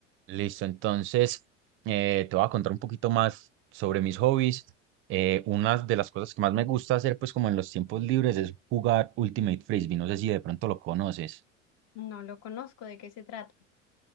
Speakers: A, on the right; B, on the left.
A: Listo, entonces eh, te voy a contar un poquito más sobre mis hobbies. Eh, una de las cosas que más me gusta hacer, pues como en los tiempos libres, es jugar Ultimate Frisbee. No sé si de pronto lo conoces.
B: No lo conozco, ¿de qué se trata?